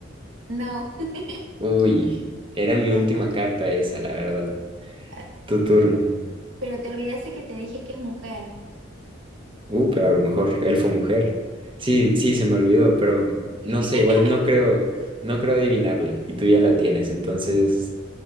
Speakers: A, on the right (about 80°); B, on the right (about 25°).
A: No, <laughs>
B: Uy, era mi
A: no,
B: última
A: pero,
B: carta esa, la verdad.
A: ah,
B: Tu turno.
A: pero te olvidaste que te dije que es mujer.
B: Uh, pero a lo mejor elfo mujer. Sí, sí, se me olvidó, pero no
A: <laughs>
B: sé, igual no creo, no creo adivinarla y tú ya la tienes, entonces